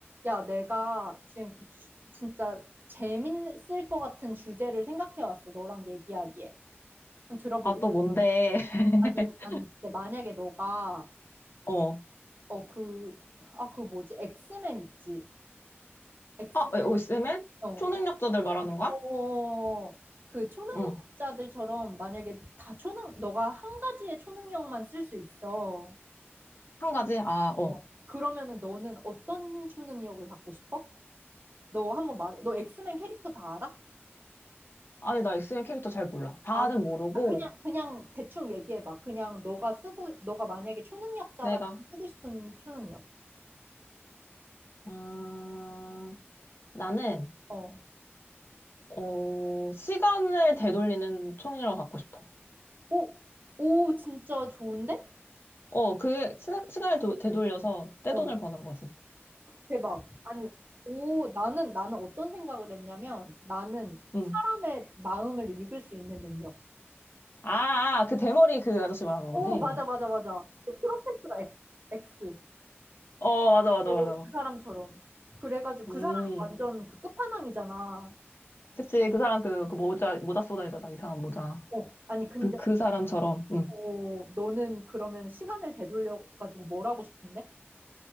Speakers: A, on the right (about 45°); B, on the left (about 60°).
A: 야, 내가 지금 그 주- 진짜 재밌을 것 같은 주제를 생각해 왔어. 너랑 얘기하기에. 한번 들어볼래?
B: 아, 또 뭔데? <laughs>
A: 아니, 아니, 근데 만약에 너가,
B: 어.
A: 어, 그, 아, 그 뭐지? 엑스맨 있지? 엑스맨,
B: 아, 에, 어, 엑스맨?
A: 어,
B: 초능력자들 말하는 거야?
A: 어, 그 초능력자들처럼
B: 응.
A: 만약에 다 초능, 너가 한 가지의 초능력만 쓸 수 있어.
B: 한 가지? 아, 어.
A: 어, 그러면은 너는 어떤 초능력을 갖고 싶어? 너 한번 말해. 너 엑스맨 캐릭터 다 알아?
B: 아니, 나 엑스맨 캐릭터 잘 몰라. 다는
A: 아,
B: 모르고,
A: 아, 그냥, 그냥 대충 얘기해봐. 그냥 너가 쓰고, 너가 만약에 초능력자라면
B: 내가,
A: 쓰고 싶은 초능력.
B: 음, 나는,
A: 어.
B: 어, 시간을 되돌리는 초능력을 갖고 싶어.
A: 오, 오, 진짜 좋은데?
B: 어, 그, 시, 시간을 도- 되돌려서 떼돈을
A: 어,
B: 버는 거지.
A: 대박. 아니, 오, 나는, 나는 어떤 생각을 했냐면, 나는
B: 응.
A: 사람의 마음을 읽을 수 있는 능력.
B: 아, 아, 그 대머리 그 아저씨 말하는
A: 오,
B: 거지?
A: 맞아, 맞아, 맞아. 그 프로페서 X, X.
B: 어, 맞아, 맞아,
A: 오,
B: 맞아.
A: 그 사람처럼. 그래가지고 그
B: 음.
A: 사람이 완전 그 끝판왕이잖아.
B: 그치, 그 사람 그, 그 모자, 모자 쏘다니잖아, 이상한 모자.
A: 어, 아니, 근데
B: 그, 그 사람처럼, 응.
A: 어, 너는 그러면 시간을 되돌려 가지고 뭘 하고 싶은데?